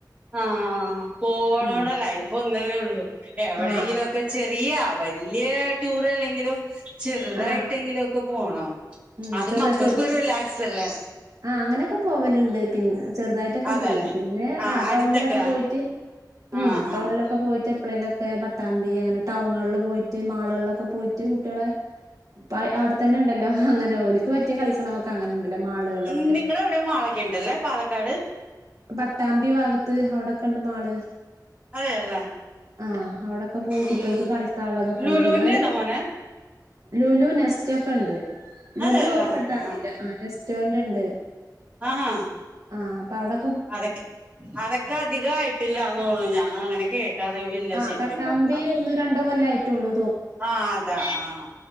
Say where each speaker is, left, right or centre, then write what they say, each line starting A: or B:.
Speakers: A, on the right; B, on the right.
A: ആഹ് പോണോടെ
B: ഉം
A: ലൈഫ് ഒന്നല്ലേള്ളൂ എവിടെങ്കിലും
B: ആഹ്
A: ഒക്കെ ചെറിയ വലിയ ടൂർ അല്ലെങ്കിലും ചെറുതായി
B: ആഹ്
A: ട്ടുണ്ടങ്കിലും ഒക്കെ പോണം
B: ഉം <unintelligible>
A: അത് മക്കൾക്കും ഒരു റിലാക്സ് അല്ലേ
B: ആഹ് അങ്ങനെയൊക്കെ പോവലുണ്ട് പിന്നെ ഒന്ന് ചെറുതായിട്ടൊക്കെ
A: അതല്ലേ
B: പോക്കും പിന്നെ
A: ആഹ്
B: ആ
A: അടുത്തൊക്കെ
B: ടൗണിലൊക്കെ പോയിട്ട് ഉം
A: ആഹ്
B: ടൗണിലൊക്കെ
A: ആഹ്
B: പോയിട്ട് സ്റ്റ്‌ എപ്പോളെലുമൊക്കെ പട്ടാമ്പി അങ്ങനെ ടൗണുകളിൽ പോയിട്ട് മാളുകളിലൊക്കെ പോയിട്ട് കുട്ടികളെ പൈ അവിടെ തന്നെ ഉണ്ടല്ലോ അങ്ങനെ ഓര്ക്കു പറ്റിയ കളിക്കണോക്കെ അങ്ങനെ ഉണ്ടല്ലോ മാളുകളിലൊക്കെ
A: ഉം നിങ്ങടെ അവിടേം മാൾ ഒക്കെണ്ടല്ലേ പാലക്കാട്
B: പട്ടാമ്പി ഭാഗത്ത് അവിടെ കണ്ട് മാള്
A: അതെയല്ലേ
B: ആഹ് അവിടൊക്കെ പോയി കുട്ടികൾക്ക്
A: ഉം
B: കളിക്കാനുള്ളതൊക്കെ
A: ലുലൂന്റെന്നേ
B: ഉണ്ട് പിന്നെ നല്ല
A: മോനെ
B: ലുലു നെസ്റ്റക്കെ ഇണ്ട് ലുലു
A: അതെയല്ലേ
B: പട്ടാമ്പി
A: ആഹ്
B: ഇല്ല ആ റെസ്റ്റോറന്റ ഉണ്ട്
A: ആഹാ
B: ആ അപ്പൊ അവിടെ
A: അതൊക്കെ അതൊക്കെ അധികയിട്ടില്ലന്നോള്ളു ഞാൻ അങ്ങനെ കേട്ടറിവില്ല
B: ആഹ്
A: ശരിക്കും
B: പട്ടാമ്പി
A: പറഞ്ഞ
B: ഒന്നോ രണ്ടോ കൊല്ലായിട്ടുള്ളൂ
A: ആഹ് അതാ ആഹ്